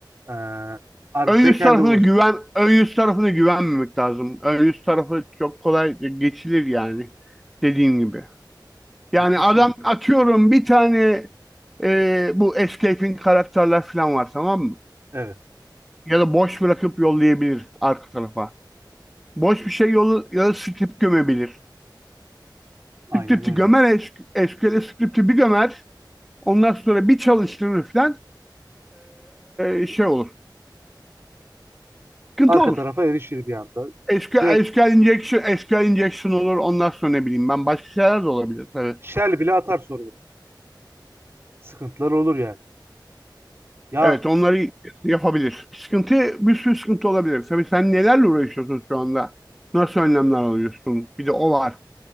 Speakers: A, on the right; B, in the centre.
A: eee ar-
B: Ön yüz
A: backend'e
B: tarafına
A: ulaş
B: güven, ön yüz tarafına güvenmemek lazım. Ön yüz tarafı çok kolay geçilir yani dediğim gibi. Yani
A: kesin.
B: adam atıyorum bir tane e, bu escaping karakterler falan var tamam mı?
A: Evet
B: Ya da boş bırakıp yollayabilir arka tarafa. Boş bir şey yolu ya da script gömebilir.
A: aynen
B: Script'i
A: öyle.
B: gömer es- SQL'e script'i bir gömer. Ondan sonra bir çalıştırır falan e, şey olur. Sıkıntı
A: arka
B: olur.
A: tarafa erişir bir anda.
B: SQL,
A: Direkt
B: SQL injection, SQL injection olur. Ondan sonra ne bileyim ben başka şeyler de olabilir tabii.
A: shell bile atar server. Sıkıntılar olur yani. Ya
B: Evet onları yapabilir. Sıkıntı bir sürü sıkıntı olabilir. Tabii sen nelerle uğraşıyorsun şu anda? Nasıl önlemler alıyorsun? Bir de o var.